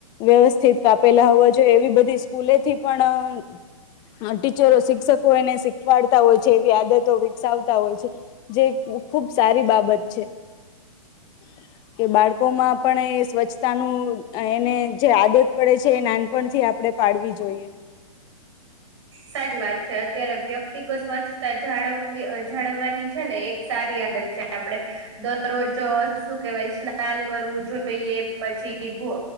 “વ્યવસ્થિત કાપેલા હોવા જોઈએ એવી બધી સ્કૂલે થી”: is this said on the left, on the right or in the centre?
Left